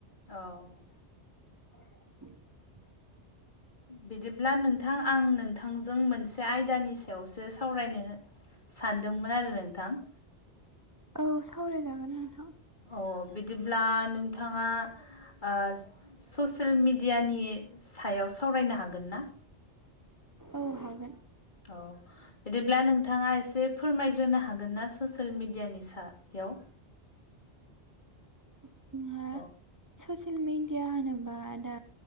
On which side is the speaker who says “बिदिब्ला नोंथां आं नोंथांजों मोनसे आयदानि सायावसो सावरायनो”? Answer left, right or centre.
Left